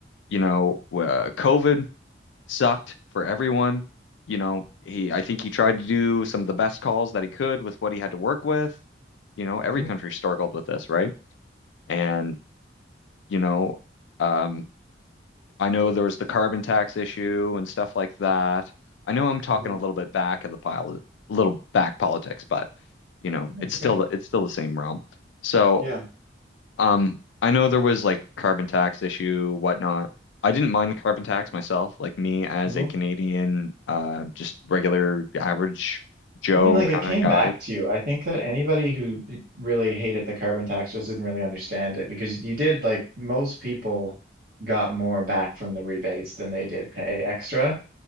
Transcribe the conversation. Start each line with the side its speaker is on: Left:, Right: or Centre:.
Left: you know, uh, COVID sucked for everyone. You know, he I think he tried to do some of the best calls that he could with what he had to work with. You know, every
Right: Mm-hmm.
Left: country struggled with this, right? And, you know, um, I know there was the carbon tax issue and stuff like that. I know I'm talking
Right: hmm
Left: a little bit back of the pile, a little back politics, but you know,
Right: That's
Left: it's
Right: okay.
Left: still it's still the same realm. So
Right: Yeah.
Left: um, I know there was like carbon tax issue, whatnot. I didn't mind the carbon tax myself, like me as
Right: hmm
Left: a Canadian, uh, just regular average Joe
Right: I mean, like
Left: kind
Right: it came
Left: of guy.
Right: back to you. I think that anybody who who really hated the carbon tax just didn't really understand it because you did like most people got more back from the rebates than they did pay extra.